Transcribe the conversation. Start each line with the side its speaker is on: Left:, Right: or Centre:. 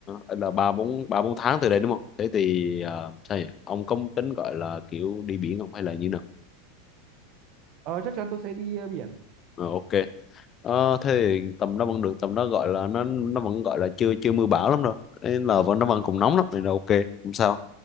Left: là ba bốn ba bốn tháng từ đây đúng không? Thế thì ờ, sao nhỉ? Ông có tính gọi là kiểu đi biển không hay là như nào?
Right: Ờ chắc chắn tôi sẽ đi ờ, biển.
Left: Ờ, ok. Ờ, thế thì tầm đó vẫn được, tầm đó gọi là nó nó vẫn gọi là chưa chưa mưa bão lắm đâu. Nên là vẫn nó vẫn còn nóng lắm nên là ok, không sao.